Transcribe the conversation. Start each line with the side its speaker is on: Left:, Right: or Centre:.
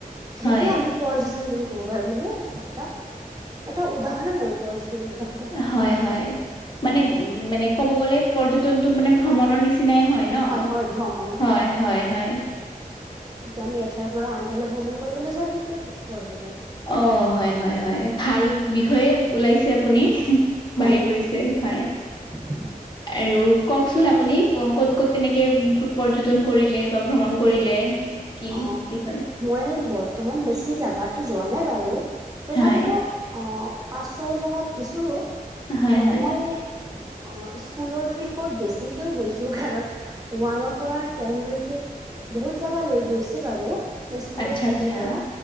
Right: সেইটোৱে
Left: হয়
Right: আমি পৰ্যটন বুলি ক'ব পাৰো মানে এটা এটা উদাহৰণ আৰু। পৰ্যটন এটা সুৰা
Left: হয়, হয় মানে
Right: অ'।
Left: উ মানে ক'ব গ'লে পৰ্যটনটোক মানে ভ্ৰমণৰ নিচিনাই হয় ন'
Right: হয় ভ্ৰমণ
Left: হয়, হয়, হয়
Right: যেতিয়া আমি এঠাইৰ পৰা আনঠাইলৈ ভ্ৰমণ কৰিবলৈ যাওঁ সেইটোৱে পৰ্যটন।
Left: অ' হয়, হয়, হয় ভাল বিষয়ে ওলাইছে আপুনি।
Right: হয়।
Left: বাহিৰ কৰিছে হয়।
Right: <unintelligible>
Left: আৰু কওকচোন আপুনি ক'ত ক'ত তেনেকে পৰ্যটন কৰিলে বা ভ্ৰমণ কৰিলে। কি
Right: অ'
Left: বিষয়?
Right: মই বৰ্তমান বেছি জাগাতো যোৱা নাই বাৰু তথাপিও
Left: হয়
Right: অঁ' পাঁচ ছয় জেগাত কিছোঁ
Left: হয়
Right: ত'
Left: হয়
Right: মই অ' স্কুলৰ ট্ৰিপত বেছিকৈ গৈছো কাৰণ ওৱানৰ পৰা টেনলৈকে বহুত জাগা লৈ গৈছে বাৰু স্কুলত
Left: আচ্ছা
Right: ট্ৰিপৰ
Left: আচ্ছা
Right: পৰা